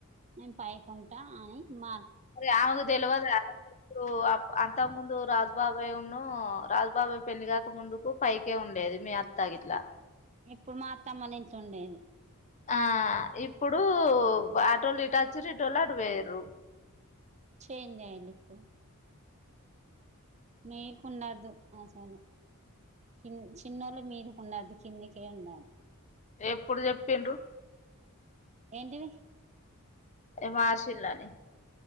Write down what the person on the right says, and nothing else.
నేను పైకుంటా అని మ
ఇప్పుడు మాత్తమ్మనించి ఉండేది.
చేంజ్య్ంది ఇప్ మీకు ఉండదు. అసలు కి చిన్నోళ్ళు మీకు ఉండదు కిందికే ఉండాలె
ఏంటిది.